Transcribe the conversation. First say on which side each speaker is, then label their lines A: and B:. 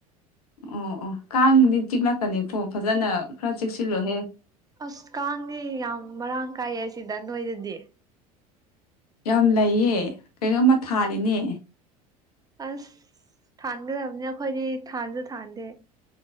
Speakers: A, on the left (about 80°); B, on the right (about 20°).
A: ꯑꯣ ꯑꯣ ꯀꯥꯡꯗꯤ ꯇꯤꯛꯂꯛꯀꯅꯤꯀꯣ ꯐꯖꯅ ꯈꯔ ꯆꯦꯛꯁꯤꯜꯂꯣꯍꯦ
B: ꯑꯁ ꯀꯥꯡꯗꯤ ꯌꯥꯝ ꯃꯔꯥꯡ ꯀꯥꯏꯌꯦ ꯁꯤꯗ ꯅꯣꯏꯗꯗꯤ
A: ꯌꯥꯝ ꯂꯩꯌꯦ ꯀꯩꯅꯣꯝꯃ ꯊꯥꯔꯤꯅꯦ
B: ꯑꯁ ꯊꯥꯟꯒꯗꯕꯅꯤ ꯑꯩꯈꯣꯏꯗꯤ ꯊꯥꯟꯁꯨ ꯊꯥꯟꯗꯦ